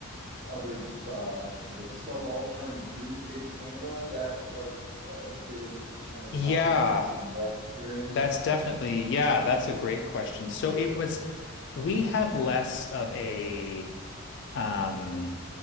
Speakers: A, on the right; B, on the left.
A: other uh, kind of like subaltern group in Canada that like uh, did a kind of
B: Yeah,
A: analogous thing to the Black experience?
B: that's definitely, yeah, that's a great question. So it was, we have less of a, um,